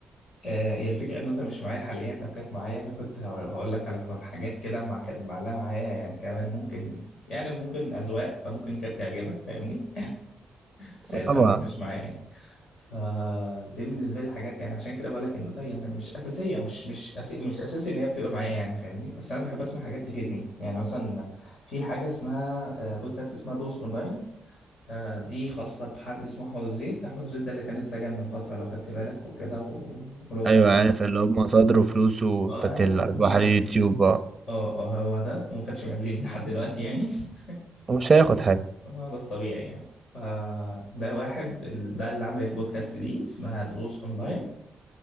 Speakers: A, on the left; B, on the right.
A: آه، هي الفكرة إن النوتة مش معايا حاليا لو كانت معايا أنا كنت هقول هقول لك على كم- حاجات كده مع كانت معلقة معايا يعني كمان ممكن يعني ممكن أذواق فممكن كانت تعجبك فاهمني بس هي
B: آه، طبعا
A: للأسف مش معايا يعني فدي بالنسبة لي حاجات يعني عشان كده بقول لك النوتة هي إن مش أساسية مش مش أسي... مش أساسي إن هي بتبقى معايا يعني فاهمني بس أنا بحب أسمع حاجات تفيدني يعني مثلا في حاجة اسمها آه، بودكاست اسمها دوس أونلاين آه، دي خاصة بحد اسمه أحمد أبو زيد أحمد أبو زيد ده اللي كان اتسجن من فترة لو خدت بالك وكده و- واللي هو كان
B: ايوه عارف اللي هم صدروا فلوسه
A: ايوه
B: بتاعت الارباح
A: هو
B: اليوتيوب
A: ده.
B: آه،
A: اه اه هو ده وما خدش مليم لحد دلوقتي يعني <laughs>
B: ومش هياخد حاجه
A: هو ده الطبيعي يعني آه ده واحد ال- ده اللي عمل البودكاست دي اسمها دروس اونلاين